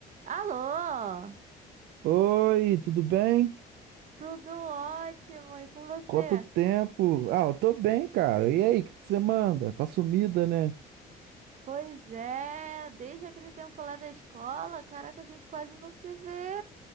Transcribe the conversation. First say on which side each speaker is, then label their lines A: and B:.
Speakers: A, on the right; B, on the right.
A: Alô,
B: Oi, tudo bem?
A: tudo ótimo, e com você?
B: Quanto tempo? Ah, eu tô bem, cara. E aí, o que que você manda? Tá sumida, né?
A: Pois é, desde aquele tempo lá da escola, caraca, a gente quase não se vê.